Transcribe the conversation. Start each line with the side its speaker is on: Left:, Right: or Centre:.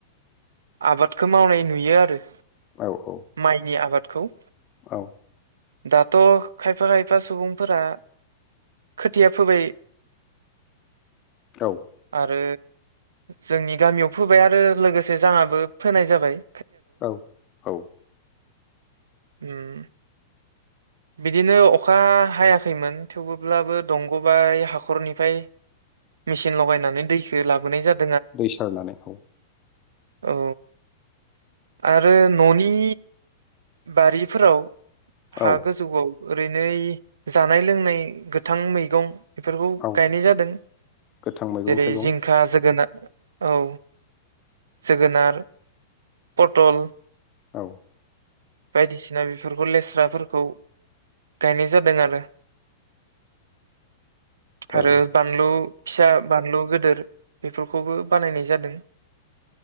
Right: आबादखौ मावनाय नुयो आरो।
Left: औ औ
Right: माइनि आबाद। खौ।
Left: औ।
Right: दाथ' खायफा खायफा सुबुंफोरा खोथिया फोबाय।
Left: औ
Right: आरो। जोंनि गामियाव फोबाय आरो लोगोसे जाहाबो फोनाय जाबाय।
Left: औ औ।
Right: ओम। बिदिनो अखा हायाखैमोन थेवबोब्लाबो दंग' बाय हाखरनिफ्राय मेसिन लगायनानै दैखो लाबोनाय जादों।
Left: दै सारनानै ओ।
Right: ओ आरो न'नि। बारिफोराव। हा
Left: औ
Right: गोजौआव। ओरैनो जानाय लोंनाय गोथां मैगं। बेफोरखौ
Left: औ
Right: गायनाय जादों
Left: गोथां मैगं
Right: जेरै
Left: थाइगं
Right: जिंखा जोगोनार औ। जोगोनार पटल।
Left: औ।
Right: बायदिसिना बेफोरखौ लेस्राफोरखौ गायनाय जादों आरो।
Left: थारैनो
Right: आरो बानलु। फिसा बानलु गदोर बेफोरखौबो बानायनाय जादों।